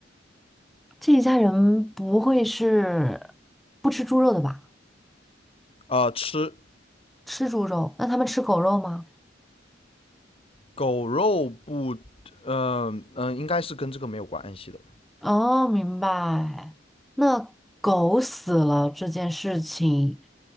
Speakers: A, in the centre; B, on the left (about 30°).
A: 这一家人不会是不吃猪肉的吧？
B: 呃，吃
A: 吃猪肉，那他们吃狗肉吗？
B: 狗肉不，嗯、呃嗯、应该是跟这个没有关系的。
A: 哦，明白。那狗死了这件事情，